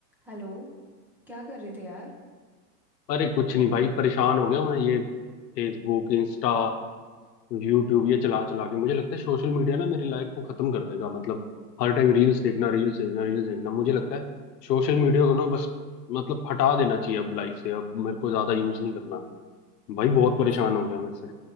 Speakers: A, in the centre; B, on the left (about 75°).
A: Hello क्या कर रहे थे यार
B: अरे कुछ नहीं भाई परेशान हो गया मैं ये फेसबुक इंस्टा यूट्यूब ये चला चला के मुझे लगता है सोशल मीडिया ना मेरी लाइफ को खत्म कर देगा मतलब हर टाइम रील्स देखना रील्स देखना रील्स देखना मुझे लगता है सोशल मीडिया को ना बस मतलब हटा देना चाहिए अब लाइफ से अब मेरे को ज्यादा यूज नहीं करना भाई बहुत परेशान
A: सही
B: हो गया मैं इससे